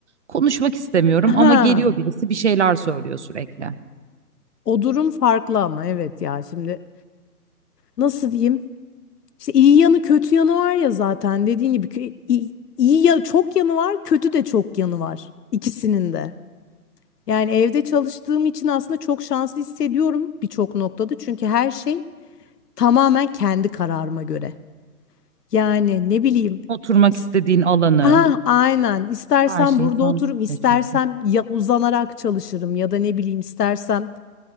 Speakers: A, on the right (about 45°); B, on the left (about 80°).
A: Konuşmak istemiyorum
B: Ha,
A: ama geliyor birisi bir şeyler söylüyor sürekli.
B: o durum farklı ama evet ya şimdi nasıl diyeyim? İşte iyi yanı kötü yanı var ya zaten dediğin gibi kö- iyi, iyi ya çok yanı var, kötü de çok yanı var ikisinin de. Yani evde çalıştığım için aslında çok şanslı hissediyorum birçok noktada. Çünkü her şey tamamen kendi kararıma göre. Yani ne bileyim.
A: Oturmak
B: is-
A: istediğin alanı,
B: Ah, aynen. İstersem
A: her şeyi
B: burada
A: sen
B: otururum,
A: seçiyorsun.
B: istersem ya uzanarak çalışırım ya da ne bileyim istersem